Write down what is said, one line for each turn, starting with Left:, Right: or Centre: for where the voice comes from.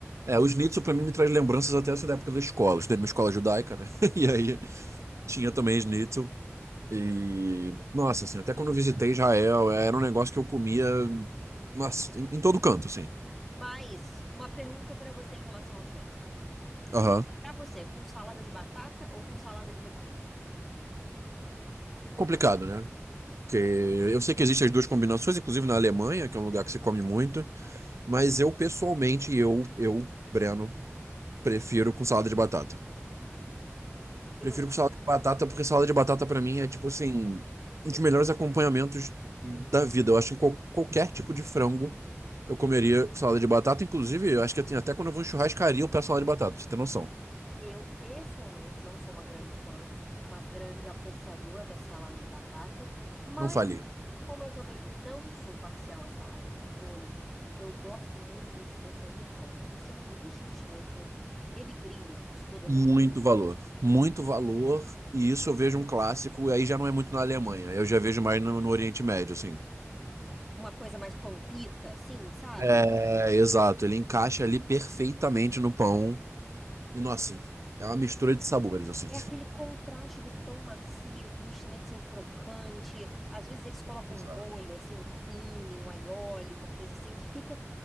Right: É, o schnitzel pra mim me traz lembranças até essa da época da escola. Eu estudei numa escola judaica, né? <laughs> E aí tinha também schnitzel. E, nossa, assim, até quando eu visitei Israel, era um negócio que eu comia, nossa, em, em todo canto, assim.
Centre: Mas uma pergunta pra você em relação ao Schnitzel. Schnitzel
Right: Aham.
Centre: pra você, é com salada de batata ou com salada de repolho?
Right: Complicado, né? Porque eu sei que existem as duas combinações, inclusive na Alemanha, que é um lugar que se come muito, mas eu pessoalmente, eu, eu, Breno, prefiro com salada de batata. Prefiro
Centre: Eu,
Right: com salada de batata porque salada de batata pra mim é tipo assim, um dos melhores acompanhamentos da vida. Eu acho que qual- qualquer tipo de frango eu comeria com salada de batata, inclusive, eu acho que tem até quando eu vou em churrascaria eu peço salada de batata, pra você ter noção.
Centre: eu pessoalmente não sou uma grande fã, uma grande apreciadora da salada de batata, mas
Right: Não falia.
Centre: Como eu também não sou parcial à salada de repolho, eu gosto muito do schnitzel no pão. O sanduíche de schnitzel, ele brilha de todas
Right: Muito
Centre: as...
Right: valor. Muito valor. E isso eu vejo um clássico, e aí já não é muito na Alemanha. Eu já vejo mais no, no Oriente Médio, assim.
Centre: Uma coisa mais pampita, assim, sabe?
Right: É, exato. Ele encaixa ali perfeitamente no pão. E, nossa, é uma mistura de sabores, assim.
Centre: É aquele contraste do pão macio com o schnitzel crocante. Às vezes eles colocam
Right: Exato.
Centre: um molho, assim, um tahine, um aioli, uma coisa assim, que fica